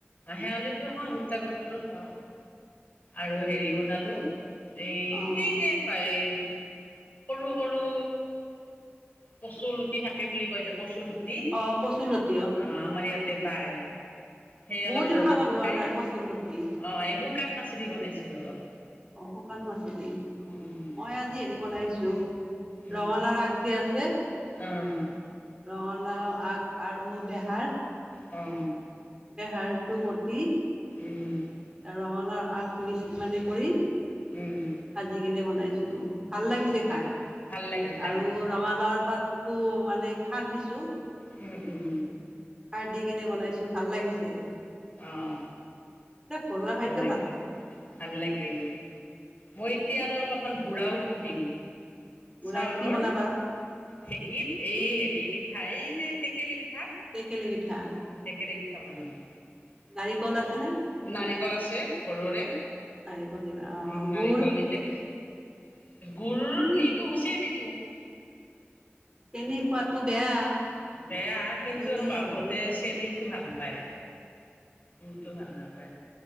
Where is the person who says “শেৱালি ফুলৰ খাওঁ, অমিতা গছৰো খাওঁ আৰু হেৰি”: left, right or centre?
Left